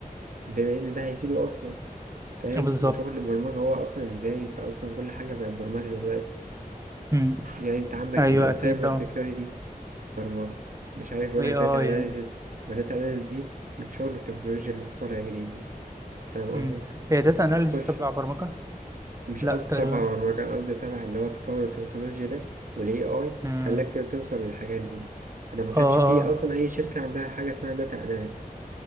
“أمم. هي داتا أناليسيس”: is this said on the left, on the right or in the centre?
Right